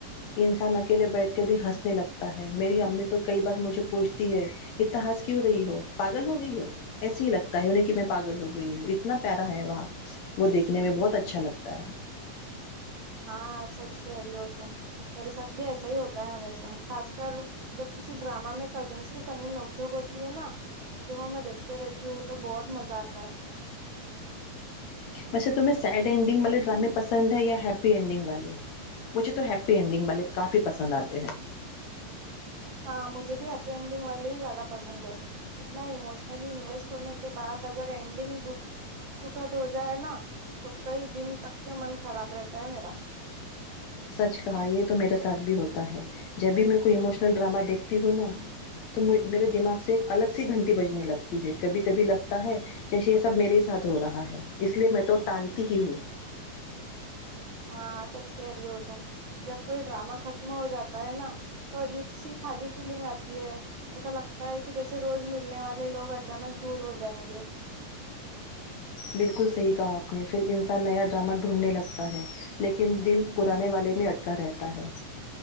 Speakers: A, on the left; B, on the right.
A: انسان اکیلے بیٹھ کے بھی ہنسنے لگتا ہے میری امی تو کئی بار مجھے پوچھتی ہے اتنا ہنس کیوں رہی ہو پاگل ہو گئی ہو ایسے ہی لگتا ہے انہیں کہ میں پاگل ہو گئی ہوں اتنا پیارا ہے وہاں وہ دیکھنے میں بہت اچھا لگتا ہے
B: ہاں سچ کہہ رہی ہو تم میرے ساتھ بھی ایسا ہی ہوتا ہے ہمیشہ خاص کر جب کسی ڈرامہ میں کزنس کی فنی نوک جھونک ہوتی ہے نا ج وہ میں دیکھتے رہتی ہوں تو بہت مزہ آتا ہے
A: ویسے تمہیں سیڈ اینڈنگ والے ڈرامے پسند ہیں یا ہیپی اینڈنگ والے مجھے تو ہیپی اینڈنگ والے کافی پسند آتے ہیں
B: ہاں مجھے بھی ہیپی اینڈنگ والے ہی زیادہ پسند ہے اتنا اموشنلی انویسٹ ہونے کے بعد اگر اینڈنگ د دکھد ہو جائے نا تو کئی دن تک کے من خراب رہتا ہے میرا
A: سچ کہا یہ تو میرے ساتھ بھی ہوتا ہے جب بھی میں کوئی اموشنل ڈرامہ دیکھتی ہوں نا تو میرے دماغ سے ایک الگ سی گھنٹی بجنے لگتی ہے کبھی کبھی لگتا ہے جیسے یہ سب میرے ساتھ ہو رہا ہے اس لیے میں تو ٹالتی ہی ہوں
B: ہاں سچ کہہ رہی ہو تم جب کوئی ڈرامہ ختم ہو جاتا ہے نا تو عجیب سی خالی فیلنگ آتی ہے ایسا لگتا ہے کہ جیسے روز ملنے والے لوگ اچانک دور ہو جائیں گے
A: بالکل صحیح کہا آپ نے پھر انسان نیا ڈرامہ ڈھونڈنے لگتا ہے لیکن دل پرانے والے میں اٹکا رہتا ہے